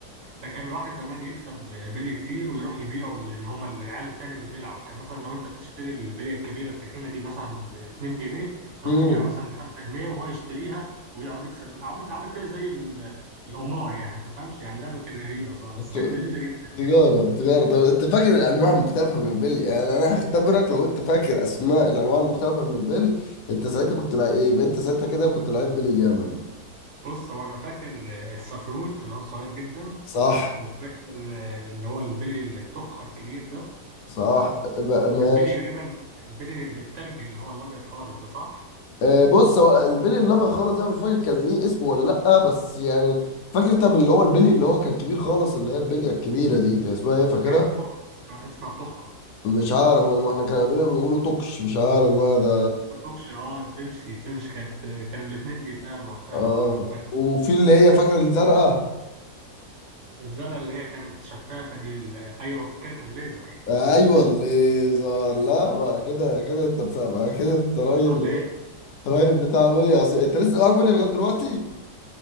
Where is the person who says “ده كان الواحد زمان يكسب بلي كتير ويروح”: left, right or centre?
Right